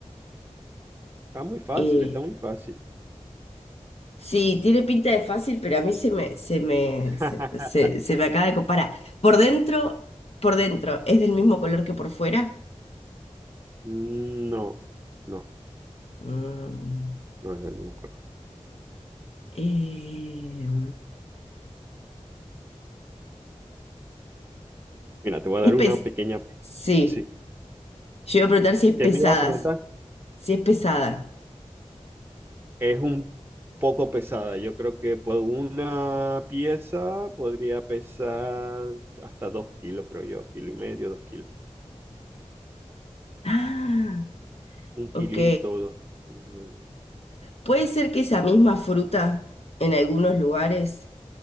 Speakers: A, on the right; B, on the left.
A: Está muy fácil,
B: eh,
A: está muy fácil.
B: sí, tiene pinta de fácil, pero a mí se me, se me,
A: <laughs>
B: se, se- se me acaba de comparar. Por dentro, por dentro, ¿es del mismo color que por fuera?
A: No, no,
B: Mm,
A: no es del mismo color.
B: em,
A: Mira, te voy a
B: es
A: dar
B: pes-
A: una pequeña.
B: Sí,
A: Sí.
B: yo iba a preguntar si es
A: ¿Qué
B: pesadas,
A: me ibas a preguntar?
B: si es pesada.
A: Es un poco pesada. Yo creo que por una pieza podría pesar hasta dos kilos, creo yo. Kilo y medio, dos kilos.
B: Ah,
A: Un
B: ok.
A: kilito, dos kilos.
B: Puede ser que esa misma fruta en algunos lugares